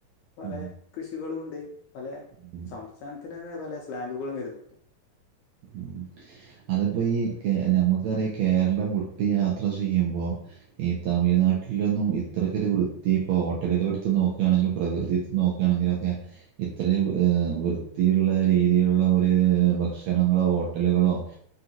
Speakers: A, on the left (about 80°); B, on the right (about 75°).
A: പല
B: ഉം.
A: കൃഷികളുംമുണ്ട്. പല
B: ഉം.
A: സംസ്ഥാനത്തിന് തന്നെ പല സ്ലാങ്കുകളും വരുന്നുണ്ട്.
B: <unintelligible> അതിപ്പോൾ ഈ നമുക്കറിയാം. കേരളം വിട്ട് യാത്ര ചെയ്യുമ്പോൾ ഈ തമിഴ്നാട്ടിലൊന്നും ഇത്രക്കൊരു വൃത്തി ഇപ്പോൾ ഹോട്ടലുകളെടുത്ത് നോക്കുകയാണങ്കിലും പ്രകൃതി എടുത്ത്നോക്കാണെങ്കിലും അത്. ഇത്രയും വൃത്തിയുള്ള രീതിയിലുള്ള ഒരു ഭക്ഷ ക്ഷണങ്ങളോ ഹോട്ടലുകളോ